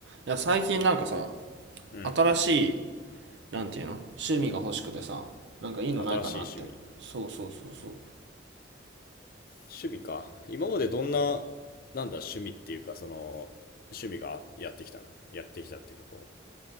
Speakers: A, on the right (about 65°); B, on the left (about 50°).
A: いや最近なんかさ
B: うん。
A: 新しいなんていうの趣味が欲しくてさなんかいいのないかなってそうそうそうそう
B: 新しい趣味。趣味か。今までどんな、なんだ、趣味っていうか、その、趣味がやってきたのやってきたっていうか、こ